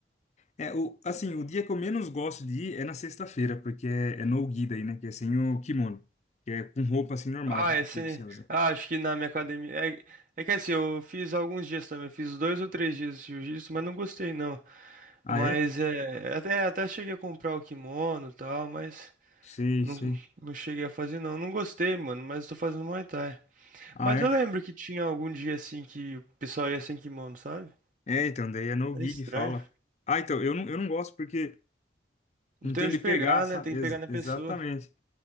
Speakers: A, on the left; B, on the right.
A: É, o, assim, o dia que eu menos gosto de ir é na sexta-feira, porque é, é no-gi daí, né? Que é sem o kimono. Que é com roupa assim normal
B: Ah, é sim,
A: que você usa.
B: ah, acho que na minha academia... É... é que assim, eu fiz alguns dias também. Eu fiz dois ou três dias de jiu-jitsu, mas não gostei, não.
A: Ah,
B: Mas,
A: é?
B: é... Até, até cheguei a comprar o kimono e tal, mas...
A: Sei,
B: Não,
A: sei.
B: não cheguei a fazer, não. Não gostei, mano, mas tô fazendo Muay Thai.
A: Ah,
B: Mas
A: é?
B: eu lembro que tinha algum dia, assim, que o pessoal ia sem kimono, sabe?
A: É, então, daí é no-gi
B: É estranho.
A: que fala. Ah, então, eu não, eu não gosto porque
B: Não
A: não
B: tem
A: tem
B: onde
A: onde pegar,
B: pegar,
A: sabe?
B: né? Tem que
A: Ex-
B: pegar na pessoa.
A: exatamente.